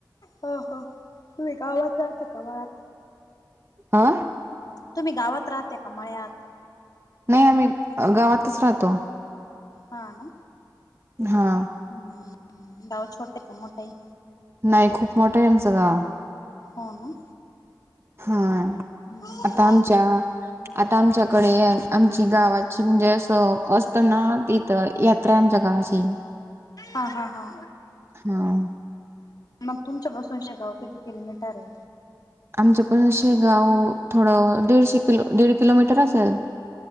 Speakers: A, on the left; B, on the right.
A: ह -ह तुम्ही गावात राहता का मळ्यात?
B: आ.
A: तुम्ही गावात राहतात का मळ्यात?
B: नाही आम्ही गावातच राहतो.
A: हा ना.
B: हा.
A: हम्म गाव छोटे का मोठ ये?
B: नाही खूप मोठं आहे आमचं गाव.
A: हो ना.
B: हा
A: हम्म.
B: आता आमच्या आता आमच्याकडे आमची गावाची म्हणजे असं असत ना तर यात्रा आमच्या गावाची.
A: हा - हा - हा.
B: हा
A: मग तुमच्या पासून शेगाव किती किलोमीटर आहे?
B: आमच पण शेगाव थोडं दीडशे किलो दीड किलोमीटर असलं.